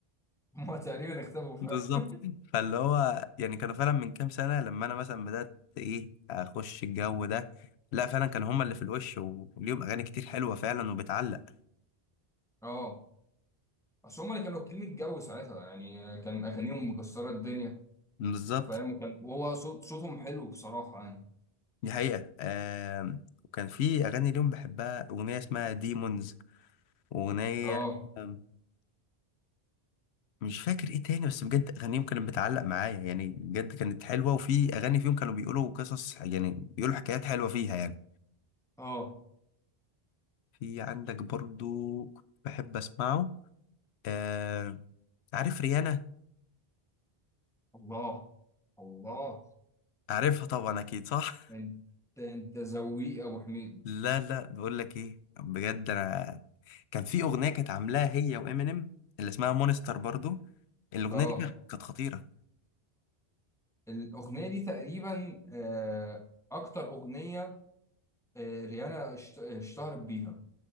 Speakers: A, in the centre; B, on the left.
A: هم <laughs> تقريبا اختفوا فعلا
B: بالظبط فاللي هو يعني كانوا فعلا من كام سنة لما أنا مثلا بدأت إيه أخش الجو ده لا فعلا كانوا هما اللي في الوش وليهم أغاني كتير حلوة فعلا وبتعلق
A: اه اصل هم اللي كانوا واكلين الجو ساعتها يعني آه، كان اغانيهم مكسره الدنيا
B: بالظبط
A: فاهم وكان وهو صوت صوتهم حلو بصراحه يعني
B: دي حقيقة آم، وكان في أغاني ليهم بحبها أغنية اسمها ديمونز وأغنية
A: اه
B: آم، مش فاكر إيه تاني بس بجد أغانيهم كانت بتعلق معايا يعني بجد كانت حلوة وفي أغاني فيهم كانوا بيقولوا قصص يعني بيقولوا حكايات حلوة فيها يعني
A: اه
B: في عندك برضو كنت بحب أسمعه آه، عارف ريانا
A: الله الله
B: عارفها طبعا اكيد صح
A: انت انت ذويق يا ابو حميد
B: لا لا بقول لك ايه بجد انا كان في اغنيه كانت عاملاها هي وامينيم اللي اسمها مونستر برضو الاغنيه
A: اه
B: دي كانت كانت خطيره
A: الاغنيه دي تقريبا آه، اكتر اغنيه آه، ريانا اشت- اشتهرت بيها